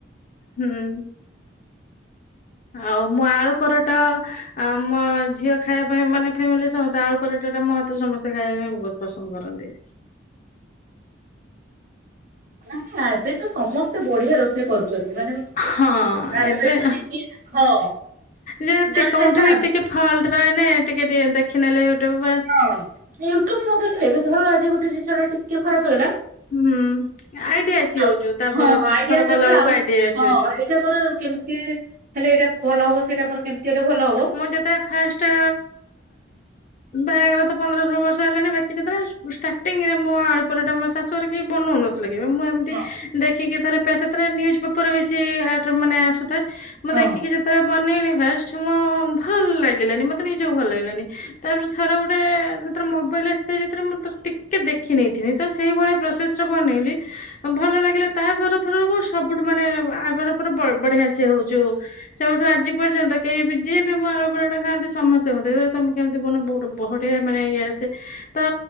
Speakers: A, on the left; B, on the right.
A: ହୁଁ। ଆଉ ମୁଁ ଆଳୁ ପରଟା ଆମ ଝିଅ ଖାଇବା ପାଇଁ ମାନେ ଫ୍ୟାମିଲି ରେ ସମସ୍ତେ ଆଳୁ ପରଟା ଟା ମୋ ହାତରୁ ସମସ୍ତେ ଖାଇବା ପାଇଁ ବହୁତ ପସନ୍ଦ କରନ୍ତି।
B: ନାହିଁ ଏବେ ତ ସମସ୍ତେ ବଢିଆ ରୋଷେଇ କରୁଛନ୍ତି ମାନେ
A: ହଁ
B: ଭାବିପାରିବନି
A: ଏବେ
B: କି ହଁ
A: ଯେ
B: ଜାଣିଲେ
A: କେଉଁଠି
B: ନା
A: ବି ଟିକେ ଟିକେ ଫଲ୍ଟ ରହିଲେ ଟିକେ ଟିକେ ଦେଖିନେଲେ ୟୁଟ୍ୟୁବ୍ ବାସ୍।
B: ହଁ ୟୁଟୁବ୍ ନ ଦେଖିଲେ ଏବେ ଧର ଆଜି ଗୋଟେ ଜିନିଷ ଟା ଟିକେ ଖରାପ ହେଇଗଲା
A: ହୁଁ ଆଇଡିଆ ଆସି
B: ଆଉ
A: ଯାଉଛୁ ତାପର
B: ହଁ ଆଇଡିଆ
A: ଥର
B: ଯାଉଛି
A: କଲା ବେଳକୁ
B: ଆଉ
A: ଆଇଡିଆ ଆସି
B: ହଁ
A: ଯାଉଛୁ
B: ଏଇଟା ମୋର କେମିତି ହେଲେ ଏଇଟା ଭଲ ହବ ସେଇଟା ମୋର କେମିତି ହେଲେ ଭଲ ହବ
A: ମୁଁ ଯେତେବେଳେ ଫାଷ୍ଟ୍ ଷ୍ଟେ ବହାଘର ତ ପନ୍ଦର ଷୋଳ ବର୍ଷ ହେଲାଣି ବାକି ଯେତେ ବେଳେ ପୁଷ୍ଠା। ଟୀଙ୍ଗୀରେ ମୋ ଆଳୁପରଟା ମୋ ଶାଶୁଘରେ କେହି ବନାଉନଥିଲେ କି ମୁଁ ଏମିତି
B: ହଁ
A: ଦେଖିକି ଥରେ ତ ଏକାଥରେ ନ୍ୟୁଜପେପର୍ ବି ମାନେ ଆସୁଥାଏ ମୁଁ
B: ହଁ
A: ଦେଖିକି ଯେତେବେଳେ ବନେଇ ଫାଷ୍ଟ୍ ମୋ ଭଲ୍ ଲାଗିଲାନି ମତେ ନିଜକୁ ଭଲ ଲାଗିଲାନି ତାପରେ ଥରେ ଗୋଟେ ତାର ମୋବାଇଲ୍ ସେହି ଭିତରେ ମୁଁ ତ ଟିକେ ଦେଖି ନେଇଥଥିଲି ତ ସେଇଭଳିଆ ପ୍ରୋସେସ୍ ର ବନେଇଲି ହଁ ଭଲ ଲାଗିଲା ତାପ ଥରକୁ ସବୁଠୁ ମାନେ ଆ ପରେ ପରେ ବଢିଆ ସେଏ ହଉଛି। ସେବେଠୁ ଆଜି ପର୍ଯ୍ୟନ୍ତ କେହିବି ଯିଏ ବି ଆମ ଆଳୁ ପରଟା ଖାଆନ୍ତି ସମସ୍ତେ ମୋତେ କହିବେ ତମେ କେମିତି ବନଅ ବହୁତ୍ ବଢିଆ ମାନେ ଇଏ ଆସେ। ତ